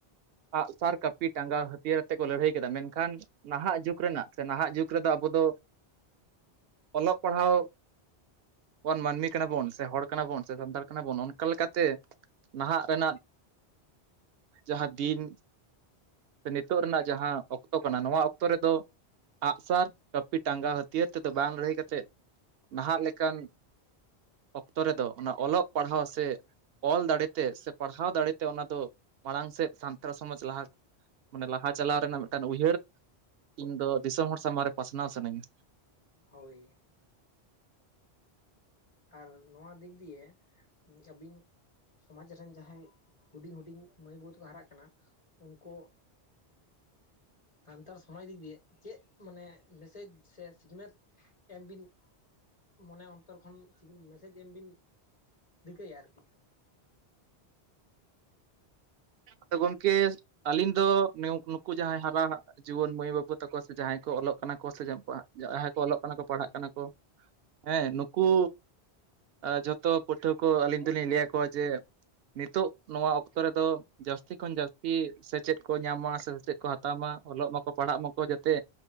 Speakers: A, on the right; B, on the left.
A: ᱟᱸᱜ-ᱥᱟᱨ ᱠᱟᱹᱯᱤ ᱴᱟᱸᱜᱟ ᱦᱟᱹᱛᱭᱟᱹᱨ ᱟᱛᱮ ᱠᱚ ᱞᱟᱹᱲᱦᱟᱹᱭ ᱠᱮᱫᱟ ᱢᱮᱱᱠᱷᱟᱱ ᱱᱟᱦᱟᱜ ᱡᱩᱜᱽ ᱨᱮᱱᱟᱜ ᱥᱮ ᱱᱟᱦᱟᱜ ᱡᱩᱜᱽ ᱨᱮᱫᱚ ᱟᱵᱚ ᱫᱚ ᱚᱞᱚᱜ ᱯᱟᱲᱦᱟᱣ ᱵᱚᱱ ᱢᱟᱹᱱᱢᱤ ᱠᱟᱱᱟ ᱵᱚᱱ ᱥᱮ ᱦᱚᱲ ᱠᱟᱱᱟ ᱵᱚᱱ ᱥᱮ ᱥᱟᱱᱛᱟᱲ ᱠᱟᱱᱟ ᱵᱚᱱ ᱚᱱᱠᱟ ᱞᱮᱠᱟᱛᱮ ᱱᱟᱦᱟᱜ ᱨᱮᱱᱟᱜ ᱡᱟᱦᱟᱸ ᱫᱤᱱ ᱥᱮ ᱱᱤᱛᱚᱜ ᱨᱮᱱᱟᱜ ᱡᱟᱦᱟᱸ ᱚᱠᱛᱚ ᱠᱟᱱᱟ ᱱᱚᱣᱟ ᱚᱠᱛᱚ ᱨᱮᱫᱚ ᱟᱸᱜ-ᱥᱟᱨ ᱯᱤ ᱴᱟᱸᱜᱟ ᱦᱟᱹᱛᱭᱟᱹᱨ ᱛᱮᱫᱚ ᱵᱟᱝ ᱞᱟᱹᱲᱦᱟᱹᱭ ᱠᱟᱛᱮᱫ ᱱᱟᱦᱟᱜ ᱞᱮᱠᱟᱱ ᱚᱠᱛᱚ ᱨᱮᱫᱚ ᱚᱱᱟ ᱚᱞᱚᱜ ᱯᱟᱲᱦᱟᱣ ᱥᱮ ᱚᱞ ᱫᱟᱲᱮᱛᱮ ᱥᱮ ᱯᱟᱲᱦᱟᱣ ᱫᱟᱲᱮᱛᱮ ᱚᱱᱟ ᱫᱚ ᱢᱟᱲᱟᱝ ᱥᱮᱫ ᱥᱟᱱᱛᱟᱲ ᱥᱚᱢᱟᱡᱽ ᱞᱟᱦᱟ ᱚᱱᱟ ᱞᱟᱦᱟ ᱪᱟᱞᱟᱣ ᱨᱮᱱᱟᱜ ᱢᱤᱫᱴᱟᱱ ᱩᱭᱦᱟᱹᱨ ᱤᱧ ᱫᱚ ᱫᱤᱥᱚᱢ ᱦᱚᱲ ᱥᱟᱢᱟᱝ ᱨᱮ ᱯᱟᱥᱱᱟᱣ ᱥᱟᱱᱟᱧ ᱠᱟᱱᱟ᱾
B: ᱦᱳᱭ᱾ ᱟᱨ ᱱᱚᱣᱟ ᱫᱤᱠ ᱫᱤᱭᱮ ᱟᱹᱵᱤᱱ ᱾ ᱥᱚᱢᱟᱡᱽ ᱨᱮᱱ ᱡᱟᱦᱟᱸᱭ ᱦᱩᱰᱤᱧ ᱦᱩᱰᱤᱧ ᱢᱟᱹᱭ ᱵᱟᱹᱵᱩ ᱛᱟᱠᱚ ᱦᱟᱨᱟᱜ ᱠᱟᱱᱟ᱾ ᱩᱱᱠᱩ ᱥᱟᱱᱛᱟᱲ ᱥᱚᱢᱟᱡᱽ ᱫᱤᱠ ᱫᱤᱭᱮ᱾ ᱪᱮᱫ ᱢᱟᱱᱮ ᱢᱮᱥᱮᱡᱽ ᱥᱮ ᱥᱤᱠᱷᱱᱟᱹᱛ? ᱮᱢᱵᱤᱱ ᱢᱚᱱᱮ ᱚᱱᱛᱚᱨ ᱠᱷᱚᱱ ᱢᱮᱥᱮᱡᱽ ᱮᱢᱵᱤᱱ ᱨᱤᱠᱟᱹᱭᱟ ᱟᱨᱠᱤ
A: ᱟᱫᱚ ᱜᱚᱝᱠᱮ ᱟᱹᱞᱤᱧ ᱫᱚ ᱱᱩᱠᱩ ᱡᱟᱦᱟᱸᱭ ᱦᱟᱨᱟ ᱦᱟᱜ- ᱡᱩᱣᱟᱹᱱ ᱢᱟᱹᱭ ᱵᱟᱹᱵᱩ ᱛᱟᱠᱚ ᱥᱮ ᱡᱟᱦᱟᱸᱭ ᱠᱚ ᱚᱞᱚᱜ ᱠᱟᱱᱟ ᱠᱚ ᱥᱮ ᱡᱟᱦᱟᱸᱭ ᱠᱚ ᱚᱞᱚᱜ ᱠᱟᱱᱟ ᱠᱚ ᱯᱟᱲᱦᱟᱜ ᱠᱟᱱᱟ ᱠᱚ᱾ ᱦᱮᱸ ᱱᱩᱠᱩ ᱟ ᱡᱷᱚᱛᱚ ᱯᱟᱹᱴᱷᱩᱣᱟᱹ ᱠᱚ ᱟᱹᱞᱤᱧ ᱫᱚᱞᱤᱧ ᱞᱟᱹᱭ ᱟᱠᱚᱣᱟ ᱡᱮ ᱱᱤᱛᱚᱜ ᱱᱚᱣᱟ ᱚᱠᱛᱚ ᱨᱮᱫᱚ ᱡᱟᱹᱥᱛᱤ ᱠᱷᱚᱱ ᱡᱟᱹᱥᱛᱤ ᱥᱮᱪᱮᱫ ᱠᱚ ᱧᱟᱢ ᱢᱟ ᱥᱮ ᱥᱮᱪᱮᱫ ᱠᱚ ᱦᱟᱛᱟᱣ ᱢᱟ ᱚᱞᱚᱜ ᱢᱟᱠᱚ ᱯᱟᱲᱦᱟᱜ ᱢᱟᱠᱚ ᱡᱟᱛᱮ᱾